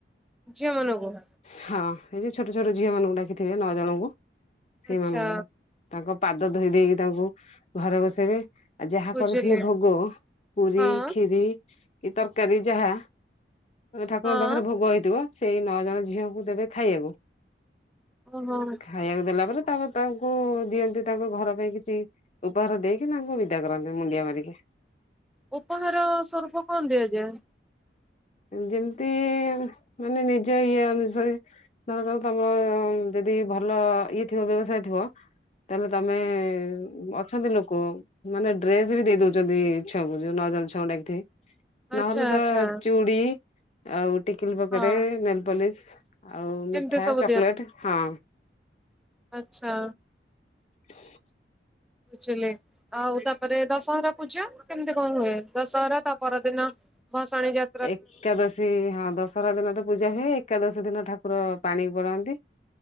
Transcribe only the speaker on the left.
ହଁ ଏଇ ଯେ ଛୋଟ ଛୋଟ ଝିଅମାନଙ୍କୁ ଡାକିଥିବେ ନଅ ଜଣଙ୍କୁ। ସେଇ
ମାନଙ୍କୁ ତାଙ୍କ ପାଦ ଧୋଇ ଦେଇକି ତାଙ୍କୁ ଘରେ ବସେଇବେ। ଆ ଯାହା
କରିଥିବେ ଭୋଗ ପୁରୀ
ଖିରି। କି ତରକାରୀ ଯାହା ଠାକୁରଙ୍କ
ପାଖରେ ଭୋଗ ହେଇଥିବ। ସେଇ ନଅ ଜଣ ଝିଅଙ୍କୁ ଦେବେ ଖାଇବାକୁ।
ଖାଇବାକୁ ଦେଲା ପରେ ତାଙ୍କୁ ଦିଅନ୍ତି ତାଙ୍କ ଘର ପାଇଁ କିଛି ଉପହାର ଦେଇକି ତାଙ୍କୁ ବିଦା କରନ୍ତି ମୁଣ୍ଡିଆ ମାରିକି।
ଯେମିତି ମାନେ ନିଜ ଇଏ ଅନୁସାରେ। ଧର କାର ତମର ଯଦି ଭଲ ଇଏ ଥିବ ବ୍ୟବସାୟ ଥିବ ତାଲେ ତମେ ଅଛନ୍ତି ଲୋକ ମାନେ ଡ୍ରେସ ବି ଦେଇ ଦଉଚନ୍ତି ଛୁଆଙ୍କୁ ଯୋଉ ନଅ ଜଣ ଛଅ ଡାକିଥିବେ।
ନହେଲେ ତା
ଚୁଡି ଆଉ ଟିକିଲି ପକଡେ
ନେଲ ପୋଲିସ। ଆଉ
ମିଠା
ଚକୋଲେଟ ହଁ।
<inaudible>
ଏକାଦଶୀ ହଁ ଦଶହରା ଦିନ ତ ପୂଜା ହୁଏ। ଏକାଦଶୀ ଦିନ ଠାକୁର ପାଣି ପଡନ୍ତି।